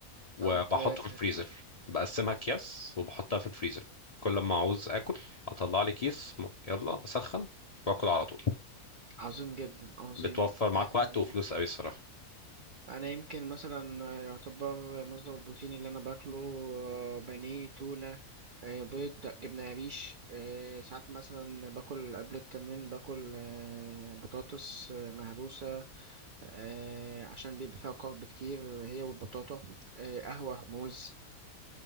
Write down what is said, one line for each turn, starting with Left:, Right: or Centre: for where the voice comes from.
Left: وبحطه
Right: طب آه،
Left: في الفريزر بقسمها اكياس وبحطها في الفريزر كل ما عاوز اكل اطلع لي كيس م- يلا اسخن واكل على طول
Right: عظيم جدا عظيم
Left: بتوفر معاك
Right: آه.
Left: وقت وفلوس قوي الصراحة
Right: انا يمكن مثلا يعتبر مصدر البروتين اللي انا باكله آه، بانيه تونه آه، بيض جبنه قريش آه، ساعات مثلا باكل قبل التمرين باكل آه، بطاطس آه، مهروسه آه، عشان بيبقى فيها كارب كتير هي والبطاطا آه، قهوه موز